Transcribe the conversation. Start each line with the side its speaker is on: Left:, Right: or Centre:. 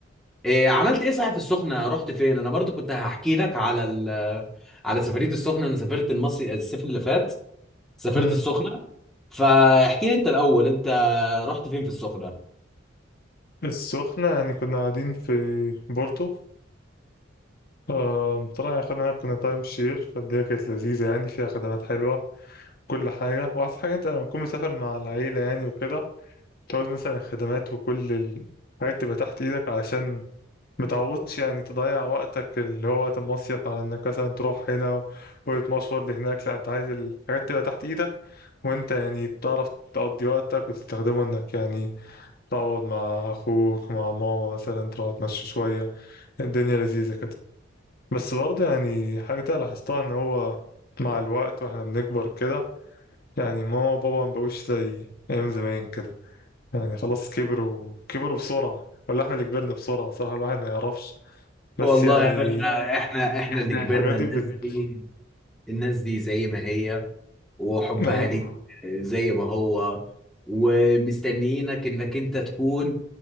Centre: إيه عملت ايه صحيح في السخنة رحت فين انا برضو كنت هحكي لك على ال على سفرية السخنة انا سافرت المصري الصيف اللي فات سافرت
Left: مم.
Centre: السخنة فاحكي لي انت الاول انت رحت فين في السخنة
Left: السخنة يعني كنا قاعدين في بورتو آه، طلع أخدنا كنا تايم شير فالدنيا كانت لذيذة يعني فيها خدمات حلوة كل حاجة وأحسن حاجة أنت لما تكون مسافر مع العيلة يعني وكده مش عاوز مثلا الخدمات وكل الحاجات تبقى تحت ايدك علشان متعوضش يعني تضيع وقتك اللي هو وقت المصيف على انك مثلا تروح هنا و- وتمشور لهناك لا انت عايز الحاجات تبقى تحت ايدك وانت يعني تعرف تقضي وقتك وتستخدمه انك يعني تقعد مع اخوك مع ماما مثلا تروح تمشي شوية الدنيا لذيذة كده بس برضه يعني حاجة تانية لاحظتها ان هو مع الوقت واحنا بنكبر كده يعني ماما وبابا مبقوش زي ايام زمان كده يعني خلاص كبروا كبروا بسرعة ولا احنا اللي كبرنا بسرعة صراحة الواحد ما يعرفش بس
Centre: والله
Left: يعني
Centre: يا باشا
Left: والله يا باشا
Centre: احنا احنا
Left: احنا
Centre: اللي كبرنا
Left: احنا الحاجات
Centre: الناس
Left: دي بت كبرنا
Centre: دي الناس دي زي ما هي وحبها
Left: ايوه
Centre: ليك زي ما هو ومستنيينك انك انت تكون